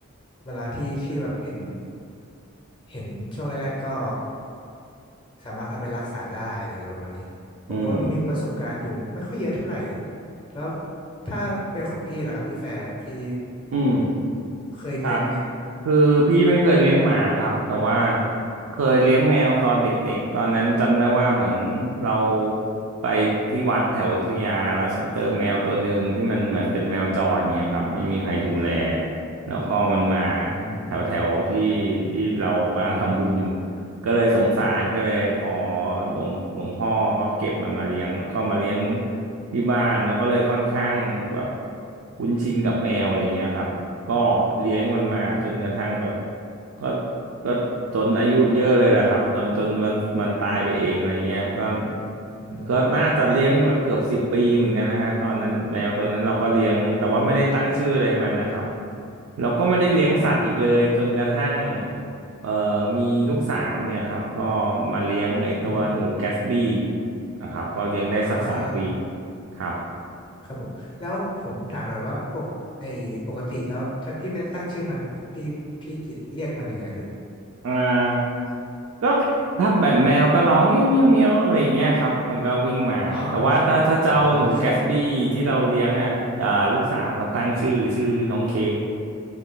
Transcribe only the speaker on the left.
เวลาที่ที่แบบเห็นเห็นช่วงแรกๆก็สามารถเอาไปรักษาได้อะไรประมาณนี้ผมก็มีประสบการณ์อยู่ไม่ค่อยเยอะเท่าไหร่
แล้วถ้าเป็นของพี่ล่ะครับพี่แฟร์พี่
เคยเลี้ยงไหม
อืม
อืม
อืม
โอ้
อ๋อแล้ว
อืม
อ่า
ครับผมแล้วผมถามหน่อยว่าปกไอปกติแล้วถ้าพี่ไม่ได้ตั้งชื่อมันพี่พี่จะเรียกมันยังไงพี่
อ๋ออ๋อแค่